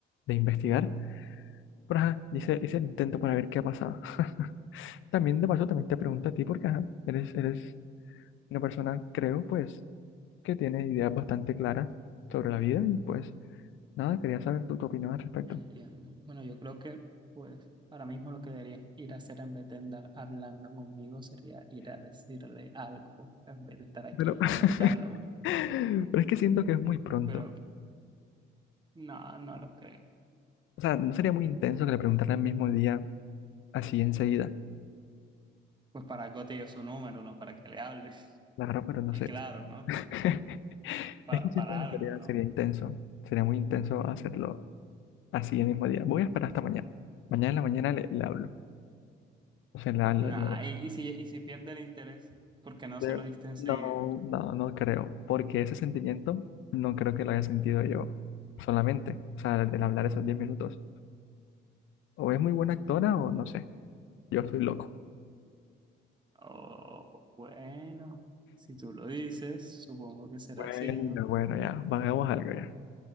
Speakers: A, on the left (about 80°); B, on the right (about 25°).
A: de investigar, pero ajá, hice, hice el intento para ver qué pasaba. <laughs> También de paso, también te pregunto a ti, porque ajá, eres, eres una persona, creo, pues, que tiene ideas bastante claras sobre la vida y pues nada, quería saber tu, tu opinión al respecto.
B: Entiendo. Bueno, yo creo que, pues, ahora mismo lo que deberías ir a hacer en vez de andar hablando conmigo sería ir a decirle algo en vez de estar aquí
A: Pero,
B: preguntándome.
A: <laughs> pero es que siento que es muy pronto.
B: Pero no, no lo creo.
A: O sea, no sería muy intenso que le preguntara el mismo día, así enseguida.
B: Pues para algo te dio su número, ¿no? Para que le hables.
A: La verdad, pero no
B: Y
A: sé.
B: claro, ¿no?
A: <laughs>
B: Para,
A: Es que siento
B: para
A: que
B: algo,
A: sería,
B: ¿no?
A: sería intenso. Sería muy intenso hacerlo así el mismo día. Voy a esperar hasta mañana. Mañana en la mañana le, le hablo. O sea, la, la-
B: Nah,
A: la-
B: y, y si, y si pierde el interés, ¿por qué no
A: de-
B: se lo diste enseguida?
A: no, no, no creo. Porque ese sentimiento no creo que lo haya sentido yo solamente. O sea, el, el hablar esos 10 minutos. O es muy buena actora o no sé. Yo estoy loco.
B: Oh, bueno, si tú lo dices, supongo que será
A: Bueno,
B: así, ¿no?
A: bueno, ya. Hagamos algo ya.